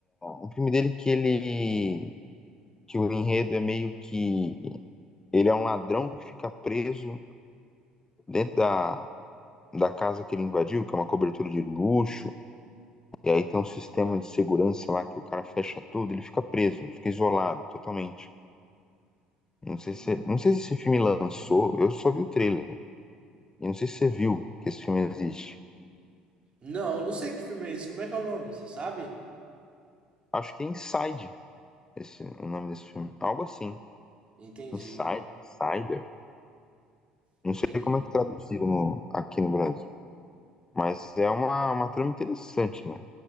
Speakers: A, on the left; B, on the right.
A: Um filme dele que ele que o enredo é meio que ele é um ladrão que fica preso dentro da da casa que ele invadiu, que é uma cobertura de luxo, e aí tem um sistema de segurança lá que o cara fecha tudo, ele fica preso, ele fica isolado totalmente. Não sei
B: Uhum.
A: se, não sei se esse filme lançou, eu só vi o trailer. E não sei se você viu que esse filme existe.
B: Não, não sei que filme é esse. Como é que é o nome? Você sabe?
A: Acho que é Inside, esse, o nome desse filme. Algo assim.
B: Entendi.
A: Inside, Insider.
B: Entendi.
A: Não sei como é que traduziram no- aqui no Brasil. Mas é uma, uma trama interessante, né?